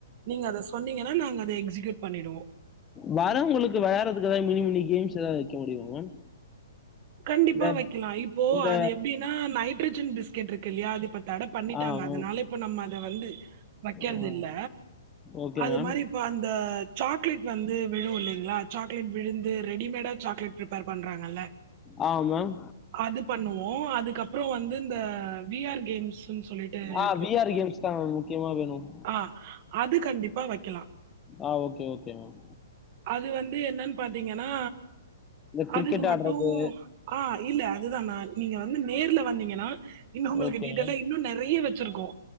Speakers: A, on the right (about 45°); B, on the left (about 20°).
A: நீங்க அத சொன்னீங்கனா நாங்க அத எக்ஸுயூட் பண்ணிடுவோ
B: வரவ்ங்களுக்கு வெளாட்றதுக்குதா மினி மினி கேம்ஸ் எதாது வெக்க முடியுமா மேம்
A: கண்டிப்பா
B: இந்த
A: வக்கெலா இப்போ
B: இந்த
A: அது எப்டினா நைட் ரஜன் பிஸ்கட் இருக்குல்லயா அத இப்ப தட பண்ணிட்டாங்க
B: ஆ மேம்
A: அதனால இப்ப நம்ம அத வந்து வைக்கற்தில்ல
B: ஆ ஓகே
A: அது
B: மேம்
A: மாரி இப்ப அந்த சாக்லேட் வந்து விழு இல்லைங்ளா சாக்லேட் விழுந்து ரெடிமேடா சாக்லேட் ப்ரிப்பேர் பண்றாங்கல்ல
B: ஆ மேம்
A: அது பண்ணுவோ அதுக்கப்ற வந்து இந்த வி ஆர் கேம்ஸ் ஸுன் சொல்லிட்டு இருக்கு
B: ஆ விஆர் கேம்ஸ் தான் மேம் முக்கியமாக வேணும்
A: ஆஹ் அது கண்டிப்பா வக்கெலா
B: ஆ ஓகே ஓகே மேம்
A: அது வந்து என்னன் பாத்தீங்கனா
B: இந்த கிரிக்கெட்
A: அதுக்கு மட்
B: ஆடுறது
A: ஓ ஆஹ் இல்ல அதுதா நா நீங்க வந்து நேர்ல வந்தீங்கனா இன்னு உங்களுக்கு
B: ஓகே
A: டீட்டெய்லா
B: மேம்
A: இன்னு நெறைய வச்சிருக்கோ